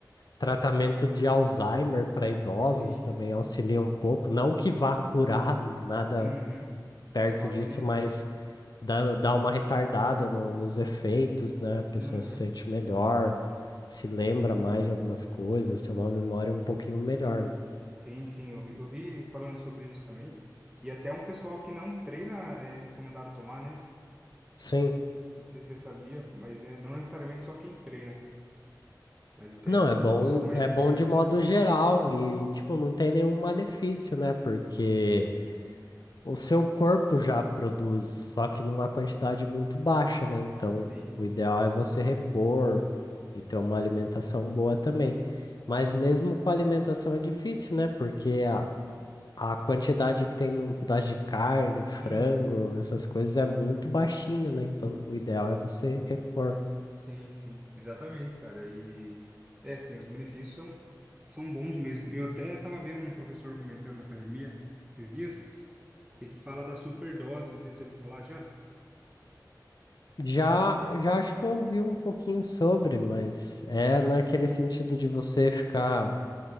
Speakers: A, on the left; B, on the right.
A: tratamento de Alzheimer para idosos
B: Sim,
A: também
B: sim.
A: auxilia um pouco. Não que vá curar nada
B: Uhum.
A: perto
B: Mas pode.
A: disso, mas dá, dá uma retardada no- nos efeitos, né? A pessoa
B: Uhum.
A: se sente melhor, se lembra mais de algumas coisas, tem uma memória um pouquinho melhor, né?
B: Sim, sim, eu vi, eu vi falando sobre isso também. E até um pessoal que não treina é recomendado tomar, né?
A: Sim.
B: Não sei se você sabia, mas é não necessariamente só quem treina, mas até
A: Não,
B: esse
A: é bom,
B: o pessoal mais
A: é bom
B: velho
A: de
B: e tal.
A: modo geral e, tipo, não tem nenhum malefício, né? Porque o seu corpo já produz, só que numa quantidade muito baixa, né? Então,
B: Sim.
A: o ideal é você repor e ter uma alimentação boa também. Mas mesmo com a alimentação é difícil, né? Porque a, a quantidade que tem num pedaço de carne, frango,
B: Uhum.
A: essas coisas é muito baixinho, né? Então, o ideal é você repor.
B: Sim, sim. Exatamente, cara. E é assim, os benefícios são, são bons mesmo. Eu até tava vendo um professor comentando na academia esses dias que ele fala da superdose, não sei se você ouviu falar já.
A: Já, já acho que eu ouvi um pouquinho sobre, mas é naquele sentido de você ficar